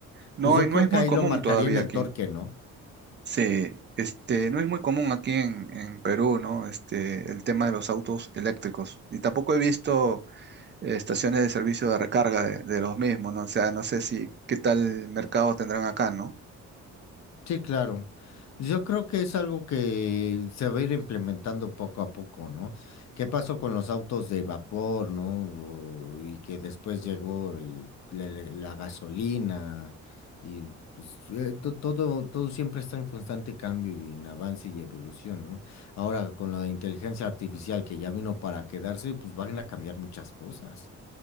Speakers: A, on the right; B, on the left.
A: No,
B: Pues yo
A: hay- no
B: creo
A: es
B: que
A: muy
B: ahí
A: común
B: lo marcaría
A: todavía
B: en el
A: aquí.
B: torque, ¿no?
A: Sí, este, no es muy común aquí en, en Perú, ¿no? Este, el tema de los autos eléctricos. Y tampoco he visto eh, estaciones de servicio de recarga de, de los mismos, ¿no? O sea, no sé si qué tal mercado tendrán acá, ¿no?
B: Sí, claro. Yo creo que es algo que se va a ir implementando poco a poco, ¿no? ¿Qué pasó con los autos de vapor, ¿no? O- y que después llegó el- la, la- la gasolina y pues, eh, to- todo, todo siempre está en constante cambio y en avance y evolución, ¿no? Ahora con la inteligencia artificial que ya vino para quedarse, pues van a cambiar muchas cosas.